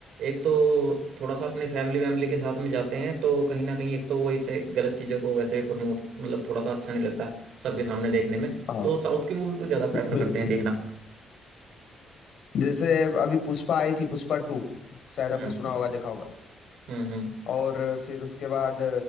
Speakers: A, on the right; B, on the left.
A: एक तो थोड़ा सा अपने फैमिली वैमिली के साथ में जाते हैं तो कहीं ना कहीं एक तो वो इसे गलत चीज़ों को वैसे भी प्रमोट मतलब थोड़ा सा अच्छा नहीं लगता सबके सामने देखने में
B: हाँ
A: तो साउथ की मूवी को ज़्यादा प्रेफर
B: बिल्कुल
A: करते हैं देखना
B: जैसे अभी पुष्पा आई थी पुष्पा टू शायद
A: हम्म
B: आपने सुना होगा देखा होगा
A: हम्म हम्म
B: और फिर उसके बाद